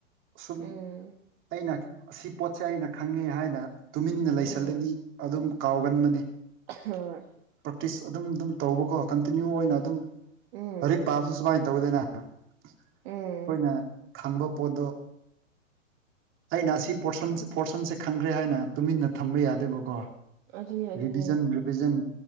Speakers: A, on the right (about 30°); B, on the right (about 50°).
A: ꯁꯨꯝ
B: ꯎꯝ
A: ꯑꯩꯅ ꯑꯁꯤ ꯄꯣꯠꯁꯦ ꯑꯩꯅ ꯈꯪꯉꯦ ꯍꯥꯏꯅ ꯇꯨꯃꯤꯟꯅ ꯂꯩꯁꯜꯂꯗꯤ
B: ꯎꯝ
A: ꯑꯗꯨꯝ ꯀꯥꯎꯒꯟꯕꯅꯤ
B: ꯍꯣꯏ
A: ꯄ꯭ꯔꯥꯛꯛꯇꯤꯁ ꯑꯗꯨꯝ ꯑꯗꯨꯝ ꯇꯧꯕꯀꯣ ꯀꯟꯇꯤꯅ꯭ꯌꯨ ꯑꯣꯏꯅ ꯑꯗꯨꯝ
B: ꯎꯝ
A: ꯍꯔ ꯄꯥꯞꯁꯨ ꯁꯃ ꯇꯧꯗꯅ ꯑꯩꯈꯣꯏꯅ
B: ꯎꯝ
A: ꯈꯪꯕ ꯄꯣꯠꯇꯣ ꯑꯩꯅ ꯑꯁꯤ ꯄꯁꯟ ꯄꯣꯔꯁꯟꯁꯦ ꯈꯪꯈ꯭ꯔꯦ ꯍꯥꯏꯅ ꯇꯨꯃꯤꯟꯅ ꯊꯝꯕ ꯌꯥꯗꯦꯕꯀꯣ
B: ꯑꯗꯨꯅꯦ ꯑꯗꯨꯅꯦ
A: ꯔꯤꯚꯖꯟ ꯔꯤꯚꯖꯟ